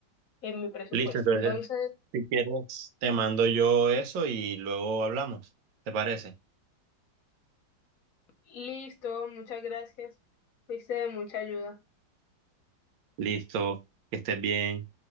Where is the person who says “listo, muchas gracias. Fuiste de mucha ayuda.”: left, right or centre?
Left